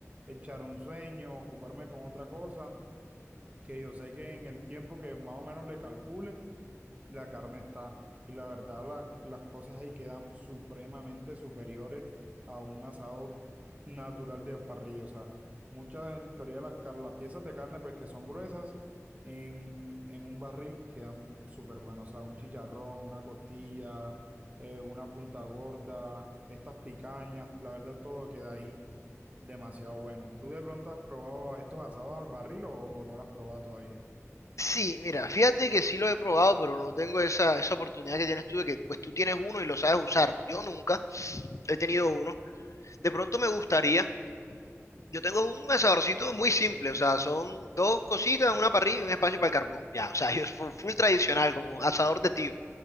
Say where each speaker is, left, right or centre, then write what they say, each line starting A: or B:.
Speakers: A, on the right; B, on the left.
A: echar un sueño, ocuparme con otra cosa, que yo sé que en el tiempo que más o menos le calcule, la carne está. Y la verdad, la- las cosas ahí quedan supremamente superiores a un asado natural de parrilla. O sea, muchas en teoría las, car- las piezas de carne, pues que son gruesas, en, en un barril quedan súper buenos. O sea, un chicharrón, una costilla, eh, una punta gorda, estas picañas, la verdad, todo queda ahí demasiado bueno. ¿Tú de pronto has probado estos asados al barril o, o no lo has probado todavía?
B: Sí, mira, fíjate que sí lo he probado, pero no tengo esa, esa oportunidad que tienes tú de que pues tú tienes uno y lo sabes usar. Yo nunca he tenido uno. De pronto me gustaría Yo tengo un asadorcito muy simple, o sea, son dos cositas, una parrilla y un espacio para el carbón. Ya, o sea, <laughs> yo fu- full tradicional, como asador de tío.